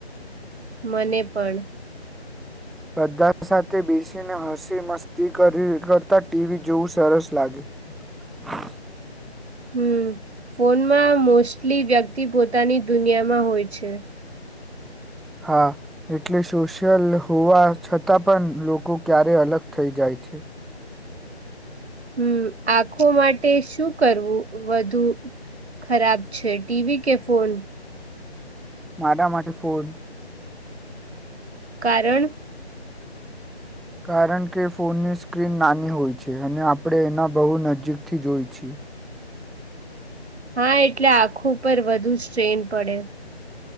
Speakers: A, on the right (about 75°); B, in the centre.
A: મને પણ
B: બધા સાથે બેસીને હસી મસ્તી કરી કરતા ટીવી જોવું સરસ લાગે હ
A: હમ ફોનમાં મોસ્ટલી વ્યક્તિ પોતાની દુનિયામાં હોય છે
B: હા એટલે સોશિયલ હોવા છતાં પણ લોકો ક્યારે અલગ થઈ જાય છે
A: હમ આખો માટે શું કરવું વધુ ખરાબ છે ટીવીી કે ફોન
B: મારા માટે ફોન
A: કારણ
B: કારણ કે ફોનની સ્ક્રીન નાની હોય છે અને આપણે એના બહુ નજીકથી જોઈ છીએ
A: હા એટલે આખું પર વધુ સ્ટ્રેન પડે